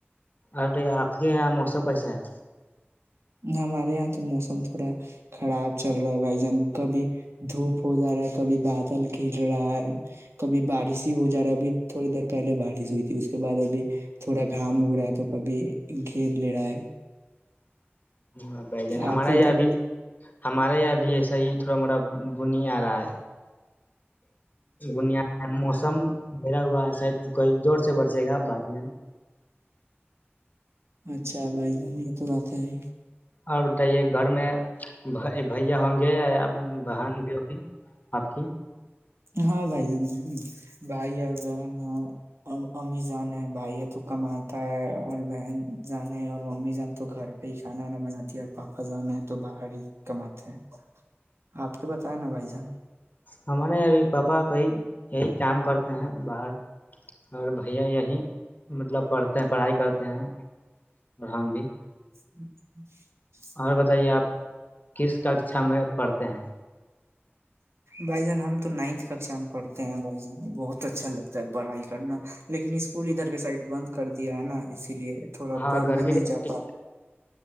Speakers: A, on the left (about 40°); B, on the right (about 85°).
A: ا آپ کے یہاں موسم کیسا ہے
B: ہمارے یہاں تو موسم تھوڑا خراب چل رہا ہے بھائی جان کبھی دھوپ ہو جا رہا ہے کبھی بادل گر رہا ہے کبھی بارش ہی ہو جا رہا ہے ابھی تھوڑی دیر پہلے بارش ہوئی تھی اس کے بعد ابھی تھوڑا گھام اگ رہا ہے تو کبھی گھیر لے رہا ہے
A: ہ بھ جان ہمارے
B: آپ ادھر
A: یہاں بھی ہمارے یہاں ابھی ایسا ہی تھوڑا موٹا بن آ رہا ہے دنیا موسم گہرا ہوا ہے شاید کوئی زور سے برسے گا بارین
B: اچھا بھائی جان یہ تو بات ا <unintelligible>
A: اور بتائیے گھر میں بھیا ہوں گے یا بہن بھیو بھی آپ کی
B: ہاں بھائی جان ہے نا بھائی ہے بہن ہے امی جان ہے بھائی ہے تو کماتا ہے اور بہن جان ہے اور امیزان تو گھر پہ ہی کھانا وانا بناتی اور پاپا جانا ہے تو باہر ہی کماتے ہیں آپ کے بتائے نا بھائی جان
A: ہمارے یہب پاپا کہئی یہی کام کرتے ہیں باہر اور بھیا یہی مطلب پڑھتے ہیں پڑھائی کر ہیں اور ہم بھی
B: <inaudible>
A: اور بتائیے آپ کس ککشا میں پڑھتے ہیں
B: بھائی جان ہم تو نائنتھ ککشا میں پڑھتے ہیں بھائی جان بہت اچھا لگتا ہے پڑھائی کرنا لیکن اسکول ادھر کے سائڈ بند کر دیا ہے نا اس اس لیے تھوڑا
A: ہاں
B: پڑھنے
A: گرمی
B: نہیں
A: کی
B: جا
A: چھٹی
B: پا رہا